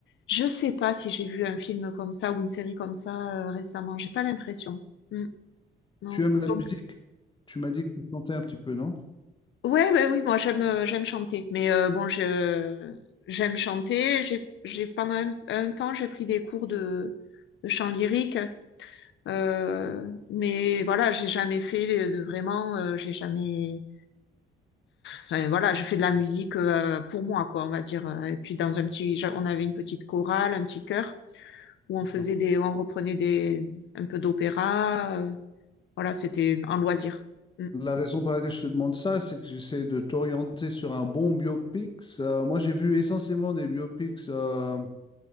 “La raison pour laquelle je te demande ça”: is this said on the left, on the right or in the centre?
Left